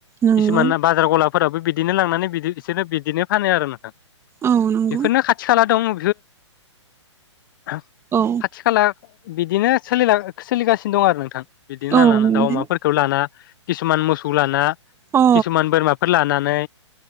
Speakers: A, on the right; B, on the left.
A: नंगौ
B: किसुमाना बाजार गला फोरावबो बिदिनो लांनानै बिदि बिसोरनो बिदिनो फानो आरो नोंथां।
A: औ नंगौ
B: बेफोरनो खाथि खाला दं। <unintelligible>
A: औ
B: खाथि खाला बिदिनो सोलिला सोलिगासिनो दं आरो नोंथां। बिदिनो
A: औ
B: लाना
A: नंगौ
B: दाउ अमाफोरखौ लाना किसुमान मोसौ लाना
A: औ
B: किसुमान बोरमाफोर लानानै नै